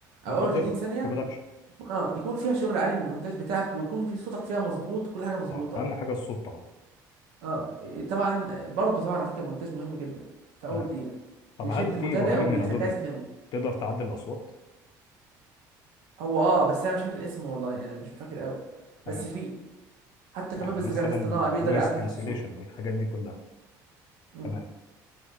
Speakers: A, on the right; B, on the left.
A: او
B: المقدمه
A: اول 30 ثانيه
B: introduction
A: يكون اه يكون فيها شغل عالي من المونتاج بتاعك ويكون في صوتك فيها مظبوط كل حاجه مظبوطه
B: طبعا اهم حاجه الصوت طبعا
A: اه إيه، طبعا برضه طبعا على فكره المونتاج مهم جدا في
B: تمام
A: اول دقيقه
B: طب
A: بيشد
B: هل في
A: المتابع
B: برامج
A: وبيخليه
B: من ادوبي
A: عايز يكمل
B: تقدر تعدل الاصوات
A: هو اه بس انا مش فاكر اسمه والله يعني مش فاكر قوي
B: تمام
A: بس في حتى كمان
B: يعني
A: بالذكاء
B: مثلا
A: الاصطناعي
B: للنويز
A: بيقدر يعدل
B: كانسليشن
A: في الصوت
B: والحاجات دي كلها
A: مم.
B: تمام